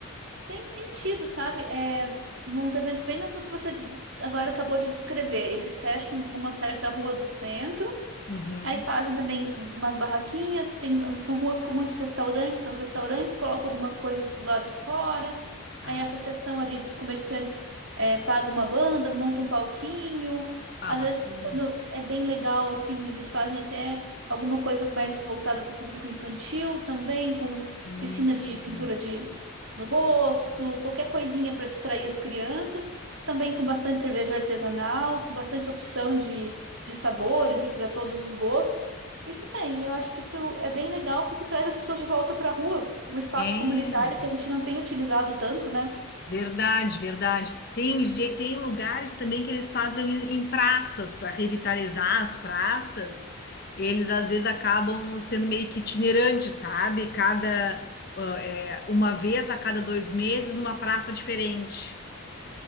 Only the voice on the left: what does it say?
Uhum.
Ah,
ah,
bacana.
Hum.
É.
Verdade, verdade. Tem, je- tem lugares também que eles fazem em, em praças para revitalizar as praças. Eles às vezes acabam sendo meio que itinerantes, sabe? Cada ah, é, uma vez a cada dois meses numa praça diferente.